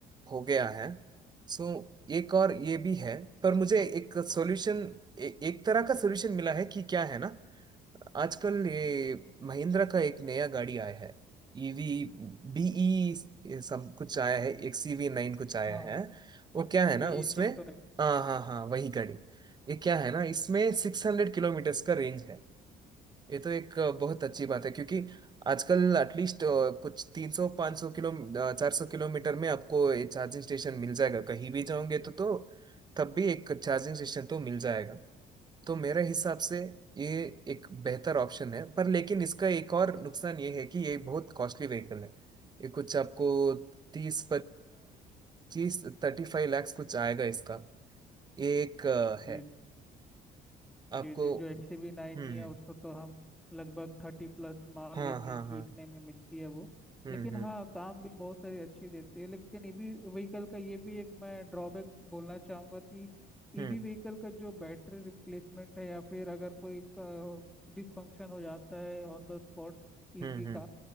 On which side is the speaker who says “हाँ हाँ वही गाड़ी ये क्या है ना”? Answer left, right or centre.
Right